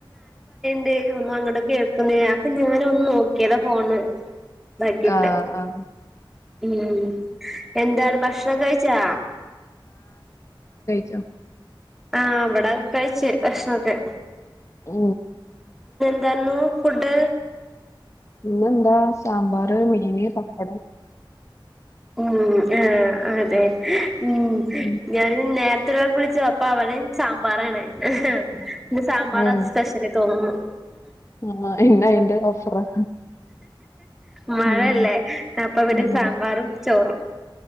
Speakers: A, in the centre; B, on the left (about 35°).
A: ഒ അങ്ങോട്ട കേൾക്കുന്ന അപ്പൊ ഞാന ഒന്ന് നോക്കിയതാ ഫോണ് ബാക്കിട്ട്
B: ആഹ് ആഹ്
A: ഉം എന്താണ് ഭക്ഷണം കഴിച്ചാ
B: ചോ
A: ആഹ അവിട കഴിച്ച ഭക്ഷണം ഒക്കെ
B: ഉ
A: എതന്നു ഫുഡ്
B: ഇന്നെന്താ സാമ്പാർ മീന് പപ്പടം
A: ഉം ആഹ അതെ ഉ
B: ഉം
A: ഞാൻ നേര ഉത്രക്കെ വിളിച്ചു അപ്പൊ അവിടെ സാമ്പാറാണ്. പിന്റെ സാമ്പാർ
B: ഏഹ്
A: സ്പെഷ്യലി തോന്നുന്നു.
B: ആഹ് ഇന്ന് അയിന്റെ ഓഫറാ
A: മഴല്ലേ
B: ഉം
A: അപ്പൊ പിന്നെ
B: ഉം
A: സാമ്പാറും ചോറും.